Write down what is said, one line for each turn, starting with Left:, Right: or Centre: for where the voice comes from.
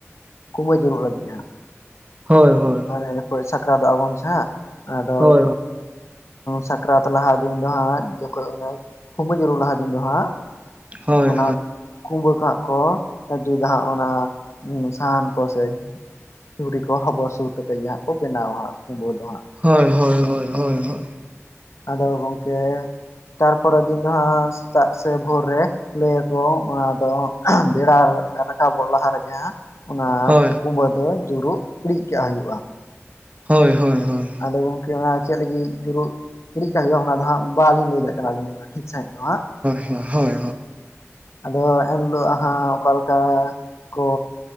Left: ᱠᱩᱢᱟᱹᱭ ᱡᱩᱨᱩᱜ ᱞᱟᱹᱜᱤᱫᱟ ᱦᱟᱸᱜ᱾
Right: ᱦᱳᱭ ᱦᱳᱭ᱾
Left: ᱦᱳᱭ ᱦᱳᱭ ᱥᱟᱠᱨᱟᱛᱚᱜ ᱟᱵᱚᱱ ᱥᱮ ᱦᱟᱸᱜ ᱟᱫᱚ
Right: ᱦᱳᱭ ᱦᱳ
Left: ᱥᱟᱠᱨᱟᱛ ᱞᱟᱦᱟ ᱫᱤᱱ ᱫᱚ ᱦᱟᱸᱜ ᱡᱚᱠᱷᱚᱡ ᱚᱱᱮ ᱠᱩᱢᱵᱟᱹ ᱧᱩᱨᱩᱜ ᱞᱟᱦᱟ ᱫᱤᱱ ᱫᱚ ᱦᱟᱸᱜ
Right: ᱦᱳᱭ
Left: ᱚᱱᱟ,
Right: ᱦᱳᱭ
Left: ᱠᱩᱢᱵᱟᱹ ᱠᱚ ᱦᱟᱸᱜ ᱠᱚ ᱡᱩᱫᱟ ᱦᱟᱸᱜ ᱚᱱᱟ ᱥᱟᱦᱟᱱ ᱠᱚᱥᱮ? ᱡᱷᱩᱨᱤ ᱠᱚ ᱦᱚᱵᱚᱨ ᱥᱩᱨ ᱠᱟᱛᱮᱜ ᱡᱟᱦᱟᱸ ᱠᱚ ᱵᱮᱱᱟᱣᱟ ᱦᱟᱸᱜ ᱠᱩᱢᱵᱟᱹ ᱫᱚ ᱦᱟᱸᱜ᱾
Right: ᱦᱳᱭ ᱦᱳᱭ ᱦᱳᱭ ᱦᱳᱭ ᱦᱳᱭ᱾
Left: ᱟᱫᱚ ᱜᱚᱝᱠᱮ ᱛᱟᱨᱯᱚᱨᱮᱨ ᱫᱤᱱ ᱫᱚ ᱦᱟᱸᱜ ᱥᱮᱛᱟᱜ ᱥᱮ ᱵᱷᱳᱨ ᱨᱮ ᱞᱟᱹᱭᱟ ᱠᱚ ᱚᱱᱟᱫᱚ ᱵᱮᱲᱟ ᱨᱟᱠᱟᱵᱚᱜ ᱞᱟᱦᱟ ᱨᱮᱜᱮ ᱦᱟᱸᱜ, ᱚᱱᱟ
Right: ᱦᱳᱭ
Left: ᱠᱩᱢᱵᱟᱹ ᱫᱚ ᱡᱩᱨᱩᱜ ᱤᱲᱤᱡ ᱠᱟᱜ ᱦᱩᱭᱩᱜᱼᱟ᱾
Right: ᱦᱳᱭ ᱦᱳᱭ ᱦᱳᱭ᱾
Left: ᱟᱫᱚ ᱜᱚᱝᱠᱮ ᱚᱱᱟ ᱪᱮᱫ ᱞᱟᱹᱜᱤᱫ ᱡᱩᱨᱩᱜ ᱤᱲᱤᱪ ᱠᱟᱜ ᱦᱩᱭᱩᱜᱼᱟ ᱚᱱᱟ ᱫᱚ ᱦᱟᱸᱜ ᱵᱟᱞᱤᱧ ᱞᱟᱹᱭ ᱫᱟᱲᱮᱭᱟᱜ ᱠᱟᱱᱟ ᱟᱞᱤᱧ ᱫᱚ, <inaudible>
Right: ᱦᱚᱭ ᱦᱚᱭ᱾
Left: ᱟᱫᱚ ᱮᱱᱦᱤᱞᱳᱜ ᱦᱟᱸᱜ ᱚᱠᱟ ᱞᱮᱠᱟ ᱠᱚ